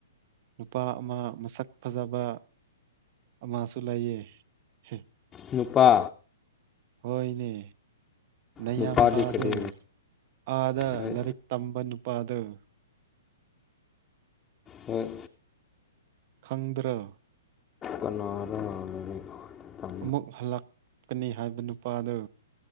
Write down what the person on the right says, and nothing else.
ꯅꯨꯄꯥ ꯑꯃ ꯃꯁꯛ ꯐꯖꯕ ꯑꯃꯁꯨ ꯂꯩꯌꯦ ꯍꯦ
ꯍꯣꯏꯅꯦ ꯅꯌꯥꯝꯕꯥꯗꯨ
ꯑꯥꯗ
ꯂꯥꯔꯤꯛ ꯇꯝꯕ ꯅꯨꯄꯥꯗꫭ
ꯈꯪꯗꯔꯣ
ꯑꯃꯨꯛ ꯍꯜꯂꯛꯀꯅꯤ ꯍꯥꯏꯕ ꯅꯨꯄꯥꯗꯨ